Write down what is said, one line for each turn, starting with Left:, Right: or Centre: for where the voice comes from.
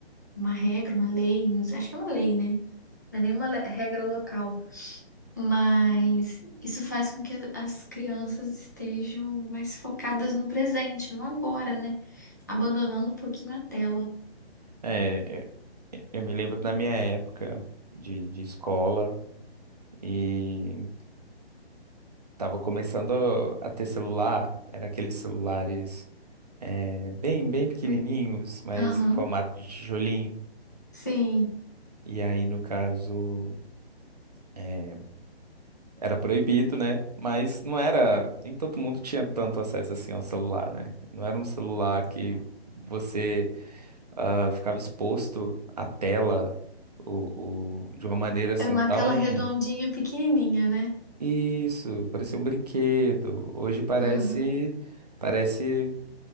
Left: Uma regra, uma lei, não sei- acho que é uma lei, né? Não é nenhuma le- regra local. Mas isso faz com que as crianças estejam mais focadas no presente, no agora, né? Abandonando um pouquinho a tela.
Right: é, é, é, eu me lembro da minha época de, de escola e tava começando a ter celular, era aqueles celulares eh, bem, bem pequenininhos,
Left: E-
Right: mas
Left: Aham,
Right: em formato de tijolinho.
Left: sim.
Right: E aí, no caso. é, era proibido, né? Mas não era, nem todo mundo tinha tanto acesso assim ao celular, né? Não era um celular que você ah, ficava exposto à tela o, o- de uma maneira assim
Left: Era uma
Right: tão
Left: tela redondinha, pequenininha, né?
Right: isso, parecia um brinquedo. Hoje parece
Left: Aham,
Right: parece